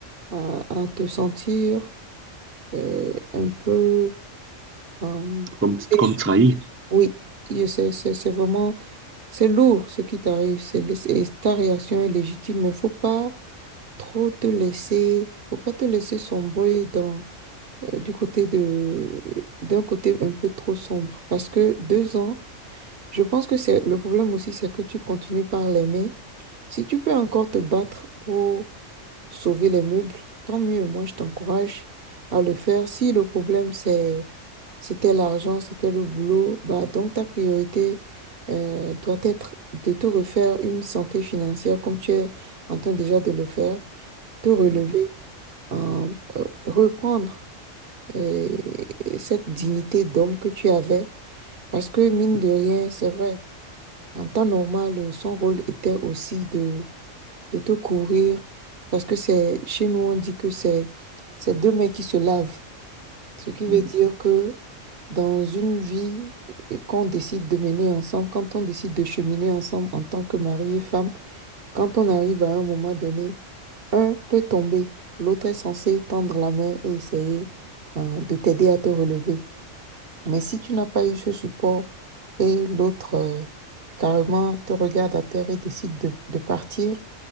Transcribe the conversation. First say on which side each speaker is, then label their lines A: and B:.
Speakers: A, on the right; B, on the right.
A: à, à te sentir euh, un peu euh,
B: comme,
A: déçu
B: comme trahi.
A: Oui, je sais, c'est c'est vraiment, c'est lourd ce qui t'arrive, c'est, lé- c'est- ta réaction est légitime, mais faut pas trop te laisser, faut pas te laisser sombrer dans, euh, du côté de, d'un côté un peu trop sombre, parce que deux ans, je pense que c'est, le problème aussi, c'est que tu continues par l'aimer. Si tu peux encore te battre pour sauver les meubles, tant mieux. Moi, je t'encourage à le faire. Si le problème, c'est, c'était l'argent, c'était le boulot, bah, donc ta priorité euh, doit être de te refaire une santé financière comme tu es en train déjà de le faire, te relever,
B: Mm,
A: euh, euh, reprendre euh, cette dignité d'homme que tu avais. Parce que mine de rien, c'est vrai, en temps normal, son rôle était aussi de de te couvrir, parce que c'est, chez nous, on dit que c'est, c'est deux mains qui se lavent, ce qui veut
B: mm,
A: dire que dans une vie qu'on décide de mener ensemble, quand on décide de cheminer ensemble en tant que mari et femme, quand on arrive à un moment donné, un peut tomber, l'autre est censé tendre la main et essayer, euh, de t'aider à te relever. Mais si tu n'as pas eu ce support et l'autre, euh, carrément te regarde à terre et décide de de partir,